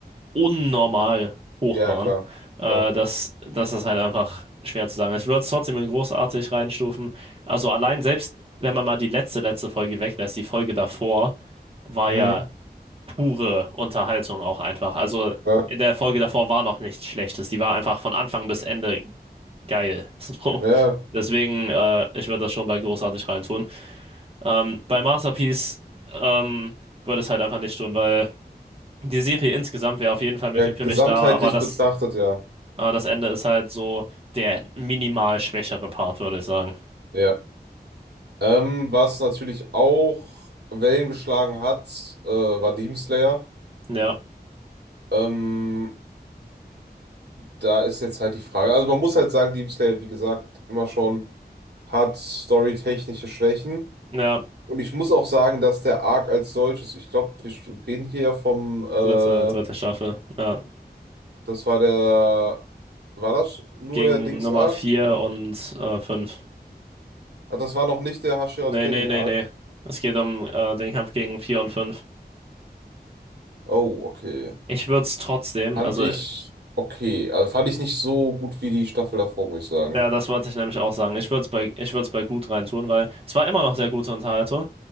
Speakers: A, on the right; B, on the right.
A: unnormal hoch
B: Ja,
A: waren,
B: klar,
A: äh,
B: klar.
A: dass, dass das halt einfach schwer zu sagen ist. Ich würde es trotzdem in großartig reinstufen. Also allein selbst, wenn man mal die letzte, letzte Folge weglässt, die Folge davor war
B: Mhm,
A: ja pure Unterhaltung auch einfach. Also
B: klar.
A: in der Folge davor war noch nichts Schlechtes. Die war einfach von Anfang bis Ende geil. <laughs> So.
B: Ja.
A: Deswegen, äh, ich würde das schon bei großartig reintun. Ähm, bei Masterpiece ähm, würde es halt einfach nicht tun, weil die Serie insgesamt wäre auf jeden Fall mi-
B: Ja,
A: für
B: gesamtheitlich
A: mich da, aber das,
B: betrachtet, ja.
A: aber das Ende ist halt so der minimal schwächere Part, würde ich sagen.
B: Ja. Ähm, was natürlich auch Wellen geschlagen hat, äh, war Demon Slayer.
A: Ja,
B: Ähm, da ist jetzt halt die Frage. Also man muss halt sagen, Demon Slayer, wie gesagt, immer schon hat storytechnische Schwächen.
A: ja,
B: Und ich muss auch sagen, dass der Arc als solches, ich glaube, wir reden hier ja vom, äh,
A: dritte, dritte Staffel. Ja.
B: das war der, war das nur
A: Gegen
B: der Dings-Arc?
A: Nummer 4 und äh, 5.
B: Ah, das war noch nicht der Hashira
A: Nee,
B: Training-Arc.
A: nee, nee, nee. Es geht um äh, den Kampf gegen 4 und 5.
B: Oh, okay.
A: Ich würde es trotzdem,
B: Fand
A: also
B: ich okay. Also fand ich nicht so gut wie die Staffel davor, muss ich sagen.
A: ja, das wollte ich nämlich auch sagen. Ich würde es bei, ich würde es bei gut reintun, weil es war immer noch sehr gute Unterhaltung.